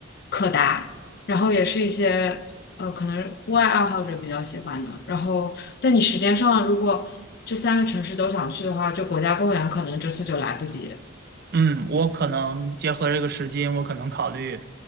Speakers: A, on the left; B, on the right.
A: 可达。然后也是一些呃，可能户外爱好者比较喜欢的。然后，但你时间上如果这三个城市都想去的话，这国家公园可能这次就来不及。
B: 嗯，我可能结合这个时间，我可能考虑，